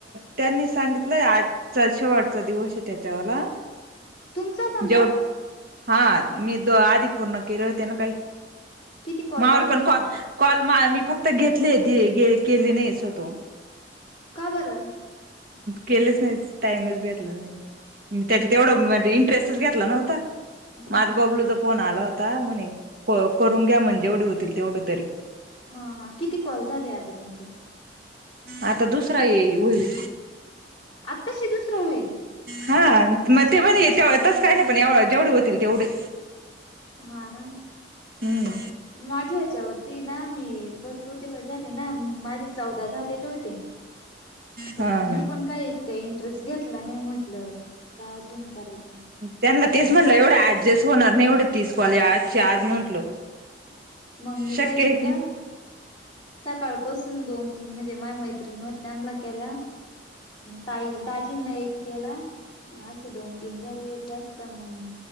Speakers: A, on the right; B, on the left.
A: त्यांनी सांगितलंय आज. चल शेवटचा दिवस हे त्याच्यावाला.
B: तुमचा पण
A: जों
B: का
A: हा मी तो आधी पूर्ण केले होते ना काही.
B: किती कॉल
A: मापण
B: राहिले तुमचे
A: कॉ ल कॉल मी फक्त घेतले केले नाही स्वतः हून.
B: का बर.
A: केलेच नाही टाइमच भेटला नाही त्याच्यात तेवढं
B: अन
A: उमेदयेईल. ड्रेस च घे तला नव्हत
B: हा
A: मग
B: हा
A: बबलूचा फोन आला होता. ता म्हणे करून घ्या म्हने जेवढे होतील तेवढं तरी.
B: हा हा किती कॉल झाले आता तुमचे.
A: आता दुसरा येईल होईल.
B: आत्ताशी दुसरं होईल.
A: हा म ते म्हणे तेव तस नाही पण जेवढे तेवढे.
B: हा ना...
A: हम्...
B: माझ्या याच्यावर ना मी भरपूर दिवस झाले ना माझे चौदा झालेले होते. <unintelligible> म्हणून
A: हा
B: मी
A: हा
B: पण काय इतकं इंटरेस्ट घेतला नाही म्हटलं का अजून करायचं.
A: त्यांना तेच म्हटलं एवढं ऍडजस्ट होणार नाही एवढं तीस काॅल आजच्या आज म्हटलं.
B: मग मी
A: शक्य
B: काय केलं सकाळपासून दोन तीन म्हणजे माय मैत्रिणी व त्यांनला केल ताई दाजींना एक केला. असे दोन तीन झाले जास्त मंग